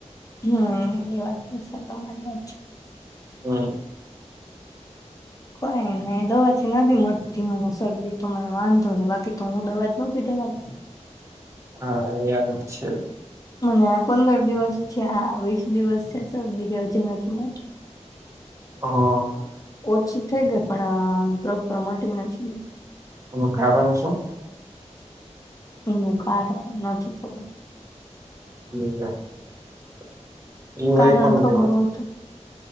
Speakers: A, on the left (about 30°); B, on the right (about 25°).
A: હાં એ વાત તો સરી તમારી વાત હાચુ
B: હા.
A: કોઈ ને દવા થી નથી મળતી મને શરદી તો મને વાંધો ને બાકી તો હું દવા જ ન પીધે રાત્રે.
B: હા એમ છે.
A: મને પંદર દિવસ છે આ વીસ દિવસ છે શરદી કે હજી નથી મળતી. <inaudible>
B: હા.
A: ઓછી થઈ ગઈ પણ આમ પ્રોપર મટી નથી.
B: હું કારણ શું.
A: એનું કારણ નથી ખબર.
B: <unintelligible>
A: કારણ
B: વરી કોની
A: ખબર
B: કહેવાત
A: હોય તો